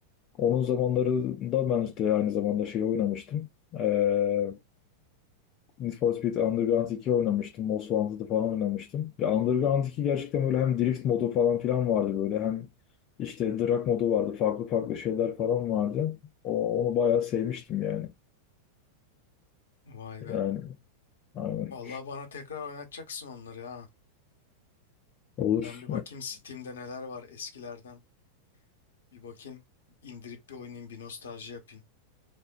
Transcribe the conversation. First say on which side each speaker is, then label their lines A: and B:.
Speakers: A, on the left; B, on the left.
A: Onun zamanlarında ben işte aynı zamanda şey oynamıştım. Ee, Need for Speed Underground 2 oynamıştım. Most Wanted'ı falan oynamıştım. Ya Underground 2 gerçekten böyle hem drift modu falan filan vardı böyle. Hem işte drag modu vardı. Farklı farklı şeyler falan vardı. O, onu bayağı sevmiştim yani.
B: Vay
A: Yani
B: be.
A: aynen.
B: Vallahi bana tekrar oynatacaksın onları ha.
A: Olur.
B: Ben bir bakayım Steam'de neler var eskilerden. Bir bakayım indirip bir oynayayım bir nostalji yapayım.